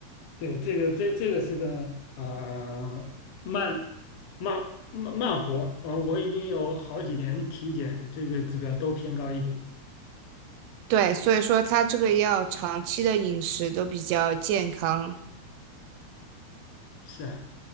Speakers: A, on the left; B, on the right.
A: 对这个这这个是个呃慢慢慢慢活，呃，我已经有好几年体检这个指标都偏高一点，
B: 对，所以说它这个要长期的饮食都比较健康，
A: 是啊，